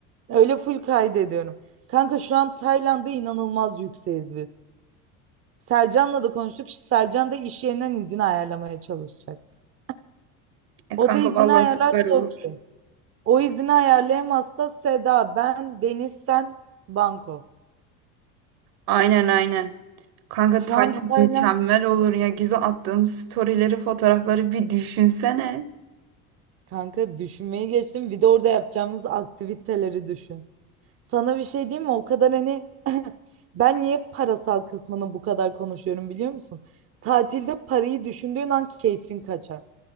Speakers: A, on the right; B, on the right.
A: Öyle full kaydediyorum. Kanka şu an Tayland'da inanılmaz yükseğiz biz. Selcan'la da konuştuk. Selcan da iş yerinden izin ayarlamaya çalışacak. <clears throat>
B: E
A: O
B: kanka
A: da izini
B: vallahi
A: ayarlarsa
B: süper olur.
A: okey. O izini ayarlayamazsa Seda, ben, Deniz, sen, Banko.
B: Aynen aynen. Kanka
A: Şu
B: Tayland
A: an Tayland.
B: mükemmel olur ya. Gizo attığım storyleri, fotoğrafları bir düşünsene.
A: Kanka düşünmeyi geçtim. Bir de orada yapacağımız aktiviteleri düşün. Sana bir şey diyeyim mi? O kadar hani <laughs> ben niye parasal kısmını bu kadar konuşuyorum biliyor musun? Tatilde parayı düşündüğün an keyfin kaçar.